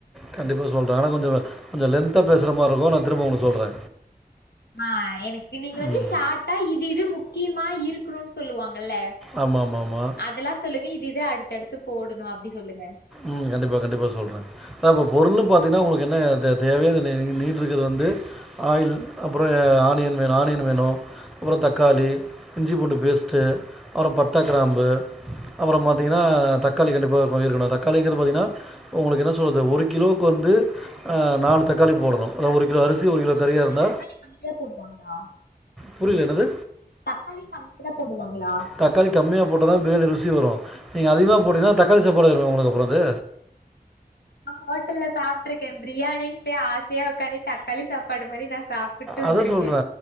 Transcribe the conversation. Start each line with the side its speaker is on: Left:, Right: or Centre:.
Centre: கண்டிப்பா சொல்றே ஆனா கொஞ்சொ கொஞ்சொ லென்த்தா பேசுற மாரி இருக்கு நான் திரும்ப உங்களு சொல்றே
Left: ஆ எனக்கு நீங்க வந்து
Centre: ம்
Left: ஷார்ட்டா இது இது முக்கியமா இருக்குணுன் சொல்லுவாங்கல்ல
Centre: ஆம ஆமா ஆமா
Left: அதெல்லா சொல்லுங்க இது இது அடுத்தடுத்து போடுணு அப்டி சொல்லுங்க
Centre: ம் கண்டிப்பா கண்டிப்பா சொல்றே <unintelligible> இப்போ பொருள்னு பாத்தீங்கன்னா உங்களுக்கு என்ன <unintelligible> வந்து ஆயில் அப்பறொ ஆனியன் வேணு ஆனியன் வேணு அப்பறொ தக்காளி இஞ்சி பூண்டு பேஸ்ட்டு அப்றொ பட்ட கிராம்பு அப்பறொ பாத்திங்கன்னா தக்காளி கண்டிப்பாக கொ இருக்கணு த தக்காளிங்கிறது பாத்திங்கன்னா ஒங்களுக்கு என்ன சொல்றது ஒரு கிலோவுக்கு வந்து நாலு தக்காளி போடணு அத ஒரு கிலோ அரிசி ஒரு கிலோ
Left: அவ்வளதானா
Centre: கறியா இருந்தா
Left: தக்காளி கம்மியா போடுவாங்களா
Centre: புரிய்ல என்னது
Left: தக்காளி கம்மியா தா போடுவாங்களா
Centre: தக்காளி கம்மிய போட்டா தா பிரியாணி ருசி வரு நீங்க அதிகமா போட்டிங்னா தக்காளி சாப்பாடு ஆய்ரு உங்ளுக்கு அப்றொ அது
Left: நா ஹோட்டல்ல சாப்ட்ருக்கே பிரியாணின் பொய் ஆசையா உக்காந்து தக்காளி சாப்பாடு மாரி நா சாப்புட்டு வந்திருக்கே
Centre: அதா சொல்றே